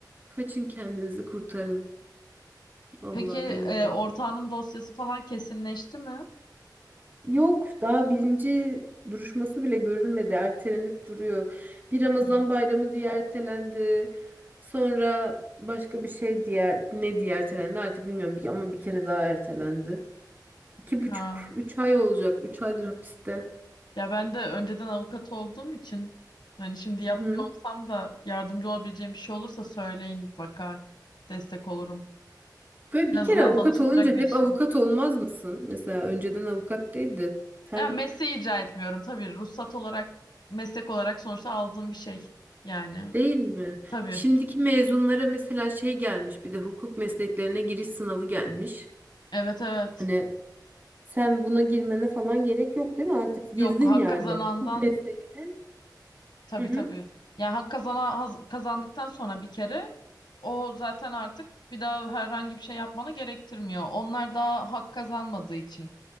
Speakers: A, on the right; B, on the left.
A: Kaçın kendinizi kurtarın. Allah
B: Peki e,
A: bilmiyorum.
B: ortağının dosyası falan kesinleşti mi?
A: Yok daha birinci duruşması bile görülmedi. Ertelenip duruyor. Bir Ramazan
B: Hmm.
A: bayramı diye ertelendi. Sonra başka bir şey diye ne diye ertelendi artık bilmiyorum. Bir, ama bir kere daha ertelendi. İki buçuk,
B: Ha.
A: üç ay olacak. Üç aydır hapiste.
B: Ya ben de önceden avukat olduğum için hani şimdi yapmıyor
A: Hı hı.
B: olsam da yardımcı olabileceğim bir şey olursa söyleyin mutlaka. Destek olurum.
A: Böyle
B: En
A: bir
B: azından
A: kere avukat
B: danışılacak
A: olunca
B: bir
A: hep
B: şey.
A: avukat olmaz mısın? Mesela önceden avukat değildi. Sen
B: Ya mesleği icra etmiyorum tabii. Ruhsat olarak meslek olarak sonuçta aldığım bir şey. Yani
A: Değil mi?
B: tabii.
A: Şimdiki mezunlara mesela şey gelmiş bir de hukuk mesleklerine giriş sınavı gelmiş.
B: Evet evet.
A: Hani sen buna girmene falan gerek yok değil mi? Artık girdin
B: Yok hak
A: yani
B: kazanandan
A: hukuk mesleğine.
B: Tabii
A: Hı hı.
B: tabii. Yani hak kazana, haz- kazandıktan sonra bir kere o zaten artık bir daha herhangi bir şey yapmanı gerektirmiyor. Onlar daha hak kazanmadığı için.